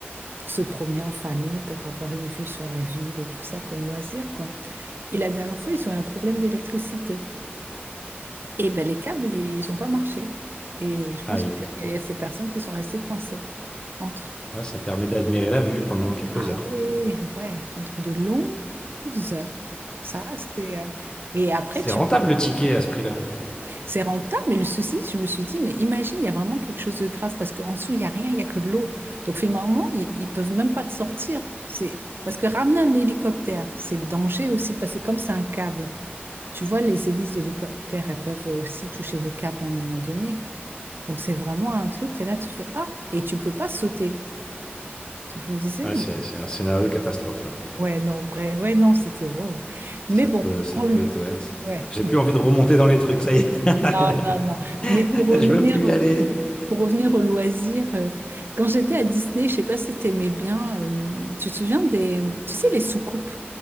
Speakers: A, on the right; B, on the left.
A: pour se promener en famille, pour avoir une vue sur la ville et tout ça comme loisir, quoi. Et la dernière fois, ils ont eu un problème d'électricité. Et ben les câbles, ils n'ont pas marché. Et je pense
B: Aïe.
A: qu'il y a il y a ces personnes qui sont restées coincées entre.
B: Ouais, ça permet d'admirer la vue pendant quelques
A: Ah
B: heures,
A: ouais,
B: quoi.
A: ouais, pendant de longues heures. Ça, c'est... euh, Et après,
B: C'est
A: tu
B: rentable
A: peux...
B: le ticket à ce prix-là.
A: C'est rentable, mais le souci, je me suis dit, mais imagine, il y a vraiment quelque chose de grave, parce qu'en dessous, il n'y a rien, il n'y a que de l'eau. Donc finalement, ils, ils peuvent même pas te sortir. C'est... Parce que ramener un hélicoptère, c'est le danger aussi, parce que comme c'est un câble, tu vois, les hélices de l'hélicoptère, elles peuvent aussi toucher le câble à un moment donné. Donc c'est vraiment un truc, tu es là, tu fais, ah, et tu peux pas sauter. Donc je me disais,
B: Ouais,
A: hmm,
B: c'est, c'est un scénario catastrophe, là.
A: Ouais, non, bref, ouais, non, c'était horrible. Mais
B: Ça
A: bon,
B: peut, ça
A: pour
B: peut
A: le-
B: être, ouais. ça-
A: ouais,
B: J'ai plus envie de remonter dans les trucs, ça y est. <laughs>
A: non, non, non. Mais pour revenir,
B: Je veux plus y aller.
A: pour revenir au loisir, euh, quand j'étais à Disney, je sais pas si t'aimais bien, euh, tu te souviens des, tu sais, les soucoupes?